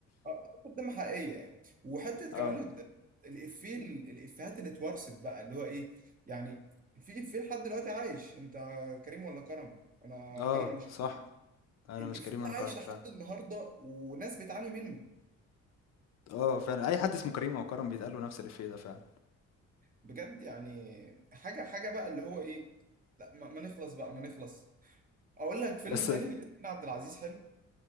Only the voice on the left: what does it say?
آه،
آه،
صح
أنا
مش كريم
أنا
كرم فعلًا،
آه فعلًا أي حد اسمه كريم أو كرم بيتقال له نفس الإفيه ده فعلًا،
بس